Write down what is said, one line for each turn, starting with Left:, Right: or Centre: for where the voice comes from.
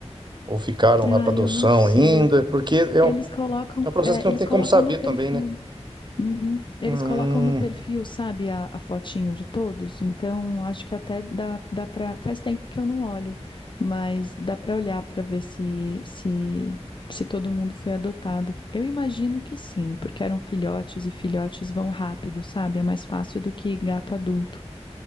Right: ou ficaram
Left: Ah,
Right: lá para adoção
Left: eu não sei.
Right: ainda? Porque é
Left: Eles
Right: um,
Left: colocam,
Right: é um processo
Left: é,
Right: que não
Left: eles
Right: tem
Left: colocam
Right: como saber
Left: no perfil.
Right: também, né?
Left: Uhum. Eles
Right: Hum.
Left: colocam no perfil, sabe, a, a fotinho de todos. Então, acho que até dá, dá para. Faz tempo que eu não olho, mas dá para olhar para ver se, se, se todo mundo foi adotado. Eu imagino que sim, porque eram filhotes e filhotes vão rápido, sabe? É mais fácil do que gato adulto.